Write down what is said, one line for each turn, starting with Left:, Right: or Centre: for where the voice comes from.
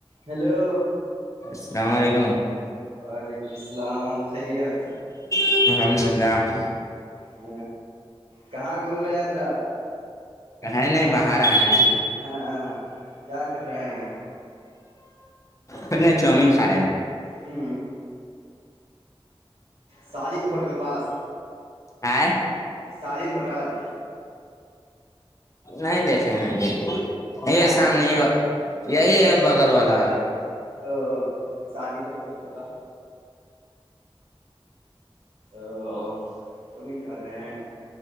Right: hello
Left: السلام علیکم
Right: وعلیکم السلام خیریت
Left: الحمد اللہ
Right: ہ کہاں گھوم رہے حضرات
Left: کہیں نہیں باہر آئے ہے
Right: ہاں ہاں کیا کر رہے ہیں
Left: پ نہیں چاؤومین کھا رہے ہیں
Right: ہ ساجد ہوٹل پاس
Left: ہاں
Right: ساجد ہوٹل
Left: نہیں دیکھے ہ جی یہ
Right: آئیں
Left: سامنے یہی ہے بغل والا
Right: او سج د ہوٹ ہوگا ا جو مل جا رہے ہیں